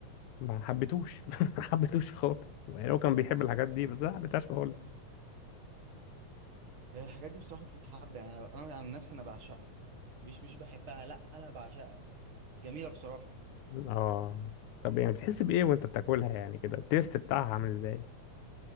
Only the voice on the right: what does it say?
هي الحاجات دي بصراحة تتحب يعني انا انا عن نفسي انا بعشقها مش مش بحبها لا انا بعشقها جميلة بصراحة